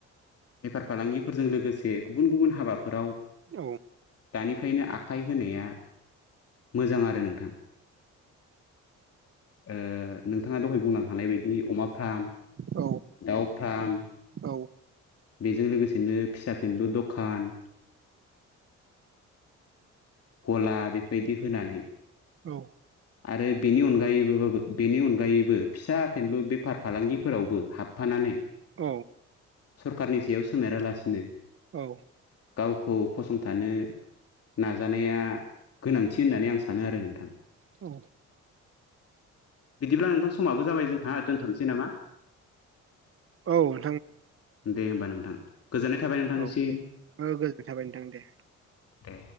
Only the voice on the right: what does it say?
औ
औ
औ
औ,
औ
औ,
औ,
औ,
औ दे गोजोननाय थाबाय नोंथां दे।